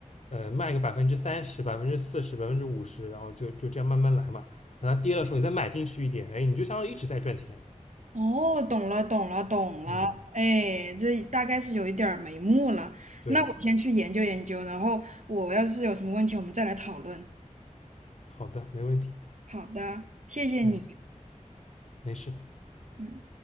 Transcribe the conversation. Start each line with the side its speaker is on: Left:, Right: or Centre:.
Left: 呃卖个百分之三十、百分之四十、百分之五十，然后就就这样慢慢来嘛。然后它跌的时候你再买进去一点，哎，你就相当于一直在赚钱。
Right: 哦，懂了，懂了，懂了，
Left: 嗯，
Right: 哎，这大概是有一点儿眉目了。
Left: 对，
Right: 那我先去研究研究，然后我要是有什么问题，我们再来讨论。
Left: 好的，没问题。
Right: 好的，谢谢你。
Left: 嗯，没事。
Right: 嗯。